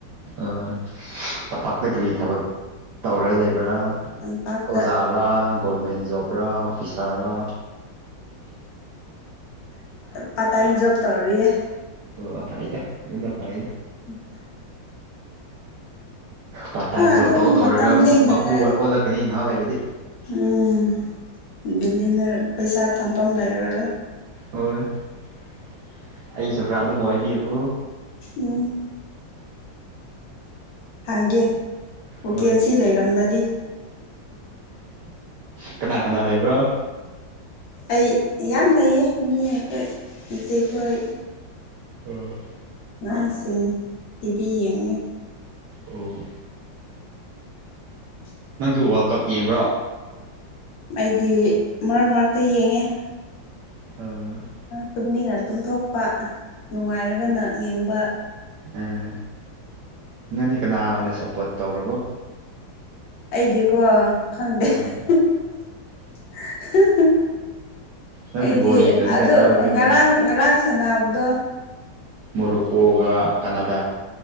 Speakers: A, on the right; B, on the left.
A: ꯑ ꯇꯝꯄꯥꯛꯇ ꯀꯔꯤ ꯊꯕꯛ ꯇꯧꯔꯒ ꯂꯩꯕ꯭ꯔꯥ
B: ꯇꯝꯄꯥꯛꯇ
A: ꯑꯣꯖꯥꯔꯥ ꯒꯣꯔꯃꯦꯟ ꯖꯣꯕꯔꯥ ꯑꯣꯐꯤꯁꯥꯔꯔꯥ
B: ꯄꯥ ꯇꯥꯏꯝ ꯣꯕ ꯇꯧꯔꯤꯌꯦ
A: ꯑꯣ ꯑ ꯐ ꯑꯩꯗ ꯑꯗꯨꯅ ꯐꯔꯦ ꯑꯗꯨ
B: ꯎꯝ
A: ꯄꯥꯔꯠ ꯇꯥꯏꯝ ꯖꯣꯕ
B: ꯑꯗꯨꯝ
A: ꯇꯧ ꯇꯧꯔꯒ
B: ꯃꯇꯝ ꯂꯦꯡꯅꯉꯥꯏ
A: ꯃꯄꯨ ꯑꯣꯜꯂꯛꯀꯅꯤ ꯉꯥꯏꯍꯥꯛ ꯂꯩꯔꯗꯤ
B: ꯎꯝ ꯕꯤꯜꯂꯤꯅ ꯄꯩꯁꯥ ꯊꯝꯐꯝ ꯂꯩꯔꯔꯣꯏ
A: ꯍꯣꯏ ꯑꯩꯁꯨ ꯈꯔꯥ ꯑꯗꯨꯝ ꯑꯣꯏꯕꯤꯀꯣ
B: ꯎꯝ ꯍꯒꯦ ꯣꯀꯦꯟꯁꯤ
A: ꯍꯣꯏ
B: ꯂꯩꯔꯝꯂꯗꯤ
A: ꯎ ꯀꯅꯥ ꯀꯅꯥ ꯂꯩꯕ꯭ꯔꯣ
B: ꯑꯩ ꯌꯥꯝ ꯂꯩꯌꯦ ꯃꯤ ꯑꯩꯈꯣꯏ ꯏꯆ ꯑꯩꯈꯣꯏ
A: ꯎꯝ
B: ꯉꯥꯡꯁꯤꯡ ꯏꯕꯤ ꯌꯦꯡꯉꯤ
A: ꯑꯣ
B: ꯎꯝ
A: ꯅꯪꯁꯨ ꯋꯥꯔꯜ ꯀꯞ ꯌꯦꯡꯕ꯭ꯔꯣ
B: ꯑꯩꯗꯤ ꯃꯔꯛ ꯃꯔꯛꯇ ꯌꯦꯡꯉꯦ
A: <unintelligible>
B: ꯇꯨꯝꯅꯤꯡꯅ ꯇꯨꯝꯊꯣꯛꯄ ꯅꯨꯡꯉꯥꯏꯔꯒꯅ ꯌꯦꯡꯕ
A: ꯎꯝ ꯅꯪꯗꯤ ꯀꯅꯥ ꯑꯣꯏꯅ ꯁꯞꯄꯣꯔꯠ ꯇꯧꯕ꯭ꯔꯒꯣ
B: ꯑꯩꯗꯤꯀꯣ ꯈꯪꯗꯦ
A: ꯑꯣ
B: <unintelligible>
A: ꯅꯪꯗꯤ
B: ꯑꯩꯗꯤ
A: ꯕꯣꯜ ꯌꯦꯡꯗꯕꯅꯤꯅ
B: ꯑꯗꯨ
A: ꯈꯪꯉꯔꯣꯏꯗꯕꯅꯤ
B: ꯉꯔꯥꯡ ꯉꯔꯥꯡ ꯁꯥꯟꯅꯕꯗꯣ
A: ꯃꯣꯔꯣꯛꯀꯣꯒ ꯀꯅꯥꯗꯥ